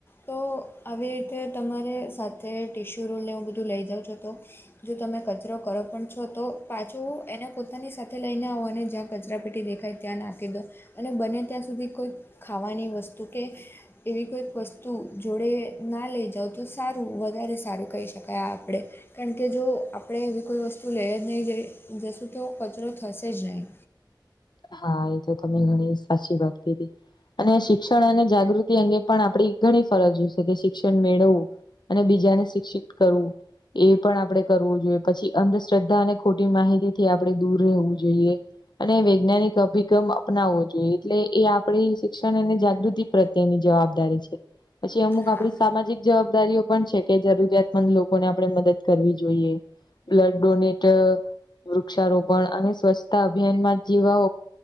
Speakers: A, on the left (about 30°); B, on the left (about 70°).
A: તો આવી રીતે તમારે સાથે ટિશ્યુ રોલને એવું બધું લઈ જાઉં છો તો જો તમે કચરો કરો પણ છો તો પાછું એને પોતાની સાથે લઈને આવ અને જ્યાં કચરા પેટી દેખાય ત્યાં નાખી દો અને બને ત્યાં સુધી કોઈ ખાવાની વસ્તુ કે એવી કોઈક વસ્તુ જોડે ના લઈ જાાવ તો સારું વધારે સારું કહી શકાય આપણે કારણ કે જો આપણે એવી કોઈ વસ્તુ લઈએ જ નહીં જઈ જશું તો કચરો થશે જ નહીં
B: હા એ તો તમે ઘણી સાચી વાત કીધી. અને શિક્ષણ અને જાગૃતિ અંગે પણ આપડી ઘણી ફરજ હોશે કે શિક્ષણ મેળવવું અને બીજાને શિક્ષિત કરવું. એ પણ આપણે કરવું જોઈએ પછી અંધશ્રદ્ધા અને ખોટી માહિતી થી આપણે દૂર રહેવું જોઈએ અને વૈજ્ઞાનિક અભિગમ અપનાવવો જોઈએ એટલે એ આપણી શિક્ષણ અને જાગૃતિ પ્રત્યેની જવાબદારી છે પછી અમુક આપ
A: હા
B: સામાજિક જવાબદારીઓ પણ છે કે જરૂરિયાતમંદ લોકોને આપણે મદદ કરવી જોઈએ બ્લડ ડોનેટ વૃક્ષારોપણ અને સ્વચ્છતા અભિયાનમાં જેવા